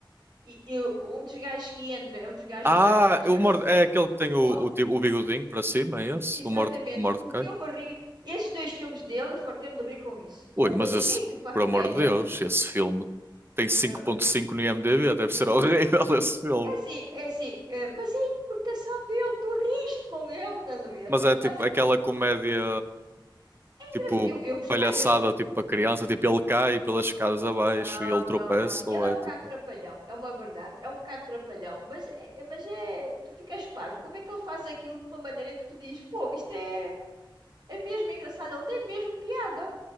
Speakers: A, on the right; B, on the right.
A: E eu, um dos gajos que entra é um dos gajos
B: Ah,
A: dos Avengers.
B: o Morde... é aquele que tem o,
A: Mo-
B: o, tipo- o bigodinho para cima, é esse?
A: Exatamente,
B: O Morde... Mordecai?
A: o que eu me ri, esses dois filmes dele, eu fartei-me de rir com isso.
B: Ui,
A: E ele
B: mas
A: tem
B: esse,
A: jeito para a
B: por
A: comédia.
B: amor de Deus, esse filme tem cinco
A: Ah.
B: ponto cinco no IMDb, deve ser horrível <laughs> esse filme.
A: É assim, é assim, eh, mas é a interpretação dele, tu riste com ele, estás a ver?
B: Mas é
A: Estás
B: tipo
A: a
B: aquela
A: ver?
B: comédia.
A: É Engra-
B: tipo
A: Eu, eu gostei,
B: palhaçada
A: eu.
B: tipo para criança, tipo ele cai pelas escadas abaixo
A: Não,
B: e ele
A: não,
B: tropeça,
A: não.
B: ou
A: Ele é
B: é
A: um bocado
B: tipo,
A: trapalhão, é uma verdade, é um bocado trapalhão, mas é, é- mas é, tu ficas parvo. Como é que ele faz aquilo de uma maneira que tu dizes, fogo, isto é, é mesmo engraçado, ele tem mesmo piada.